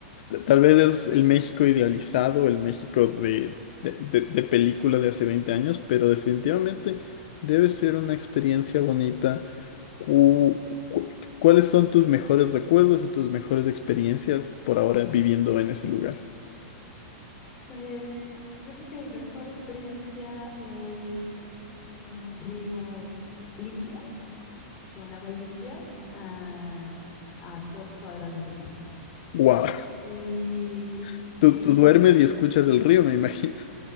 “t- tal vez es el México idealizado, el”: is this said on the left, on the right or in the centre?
Left